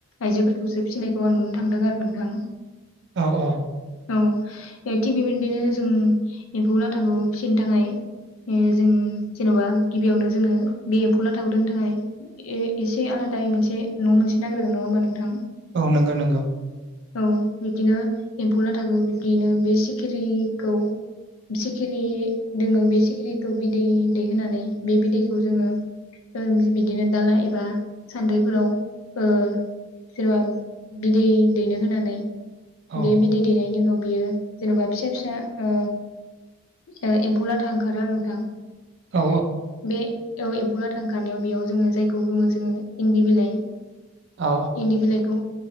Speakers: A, on the left; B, on the right.
A: आइजोफोरखौसो फिसिनायखौ आं नुनो थांदों आरो नोंथां ।
B: औ अ ।
A: औ थिग बेबिद्बिनो जों एम्फौ लाथाखौ फिसिनो थाखाय ओ जों जेन'बा गिबियावनो जोङो बे एम्फौ लाथाखौ दोननो थाखाय ए एसे आलादायै मोनसे न' मोनसे नांग्रोगोन नङा ओमबा नोंथां?
B: औ नोंगो नोंगौ ।
A: औ बिब्दिनो एम्फौ लाथाखौ बिब्दिनो बे सिखिरिखौ सिखिरि दोङो बे सिखिरिखौ बिदै दै होनानै बे बिदैखौ जोङो ओ बिदिनो दाला एबा सान्द्रिफोराव ओ सोरबा बिदै दैनो होनानै
B: औ
A: बे बिदै दैनायनि उनाव बियो जेन'बा फिसा फिसा ओ ओ एम्फौलाथा ओंखारो आरो नोंथां ।
B: औ
A: बे एवएम्फौलाथा ओंखारनायाव बेयाव जोङो जायखौ गोमो जोङो इन्दि बिलाइ
B: औ
A: इन्दि बिलाइखौ